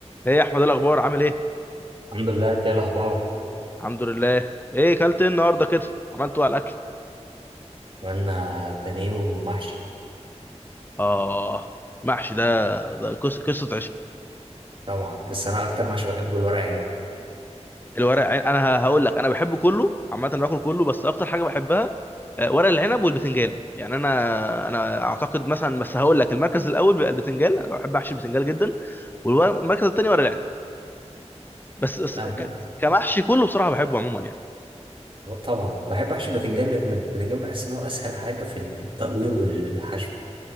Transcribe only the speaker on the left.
ايه يا احمد إيه الاخبار عامل ايه
الحمد لله ايه كلت ايه النهارده كده عملته على الاكل
اه محشي ده ده قص- قصه عشق
الورق عين انا ه- هقول لك انا بحبه كله عامه باكل كله بس اكتر حاجه بحبها آه، ورق العنب والبتنجان يعني انا انا اعتقد مثلا بس هقول لك المركز الاول بيبقى البتنجان انا بحب احشي البتنجان جدا والورق- والمركز الثاني ورق العنب بس بس
ك-
ك- كمحشي كله بصراحه بحبه عموما يعني